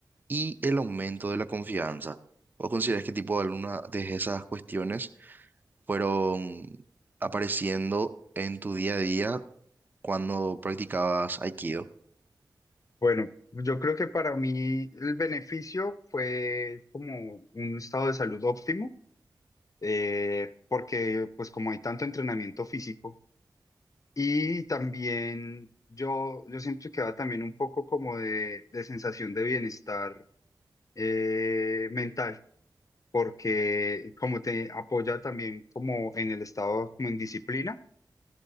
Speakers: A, on the right; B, on the left.
A: y el aumento de la confianza. ¿O consideras qué tipo de alguna de esas cuestiones fueron apareciendo en tu día a día cuando practicabas Aikido?
B: Bueno, yo creo que para mí el beneficio fue como un estado de salud óptimo, eh, porque pues como hay tanto entrenamiento físico y también yo, yo siempre quedaba también un poco como de, de sensación de bienestar eh, mental, porque como te apoya también como en el estado, como en disciplina,